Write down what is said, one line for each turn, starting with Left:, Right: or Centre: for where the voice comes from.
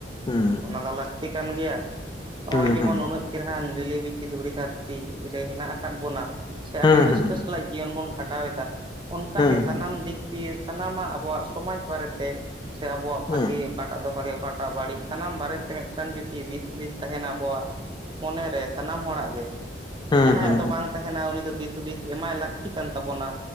Left: ᱦᱩᱸ
Right: ᱚᱱᱟ ᱫᱚ ᱞᱟᱹᱠᱛᱤ ᱠᱟᱱ ᱜᱮᱭᱟ ᱾ ᱱᱚᱜ-ᱚᱭ
Left: ᱦᱩᱸ
Right: ᱡᱮᱢᱚᱱ
Left: ᱦᱩᱸ
Right: ᱩᱱᱟᱹᱜ ᱪᱮᱦᱨᱟ ᱞᱤᱞᱤ ᱵᱤᱪᱷᱤ ᱫᱷᱩᱲᱤ ᱫᱷᱟᱹᱨᱛᱤ ᱨᱮ ᱦᱮᱱᱟᱜ ᱟᱠᱟᱫ ᱵᱚᱱᱟ, ᱥᱮ
Left: ᱦᱩᱸ
Right: ᱟᱹᱰᱤ
Left: ᱦᱩᱸ
Right: ᱨᱟᱹᱥᱠᱟᱹ ᱥᱟᱞᱟᱜ ᱡᱤᱭᱚᱱ ᱵᱚᱱ ᱠᱷᱟᱸᱰᱟᱣ ᱮᱫᱟ ᱾ ᱚᱱᱠᱟᱜ
Left: ᱦᱩᱸ
Right: ᱜᱮ
Left: ᱦᱩᱸ
Right: ᱥᱟᱱᱟᱢ ᱫᱤᱠ ᱫᱤᱭᱮ ᱥᱟᱱᱟᱢᱟᱜ ᱟᱵᱚᱣᱟᱜ ᱥᱚᱢᱟᱡᱽ ᱵᱟᱨᱮᱛᱮ ᱥᱮ ᱟᱵᱚᱣᱟᱜ ᱵᱷᱟᱜ
Left: ᱦᱩᱸ
Right: ᱚᱠᱟᱴᱟᱜ ᱫᱚ ᱵᱷᱟᱜᱮ ᱚᱠᱟᱴᱟᱜ ᱵᱟᱹᱲᱤᱡ ᱥᱟᱱᱟᱢ ᱵᱟᱨᱮᱛᱮ ᱢᱤᱫᱴᱟᱱ ᱡᱩᱫᱤ ᱫᱤᱥ ᱦᱩᱫᱤᱥ ᱛᱟᱦᱮᱱᱟ ᱟᱵᱚᱣᱟᱜ- ᱢᱚᱱᱮ ᱨᱮ ᱥᱟᱱᱟᱢ ᱦᱚᱲᱟᱜ ᱜᱮ ᱾ ᱥᱮ
Left: ᱦᱩᱸ
Right: ᱡᱟᱦᱟᱸᱭᱟᱜ
Left: ᱦᱩᱸ
Right: ᱫᱚ ᱵᱟᱝ ᱛᱟᱦᱮᱱᱟ ᱩᱱᱤ ᱫᱚ ᱫᱤᱥ ᱦᱩᱫᱤᱥ ᱮᱢᱟᱭ ᱞᱟᱹᱠᱛᱤ ᱠᱟᱱ ᱛᱟᱵᱚᱱᱟ,